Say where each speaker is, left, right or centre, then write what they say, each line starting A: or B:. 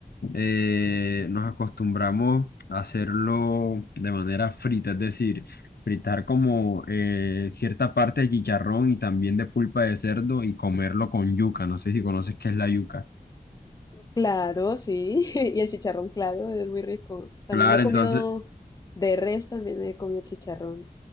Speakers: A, on the left; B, on the left.
A: eh, nos acostumbramos a hacerlo de manera frita, es decir, fritar como eh, cierta parte de chicharrón y también de pulpa de cerdo y comerlo con yuca. No sé si conoces qué es la yuca.
B: Claro, sí. <laughs> Y el chicharrón, claro, es muy rico. También
A: Claro,
B: lo he comido
A: entonces,
B: de res, también he comido chicharrón.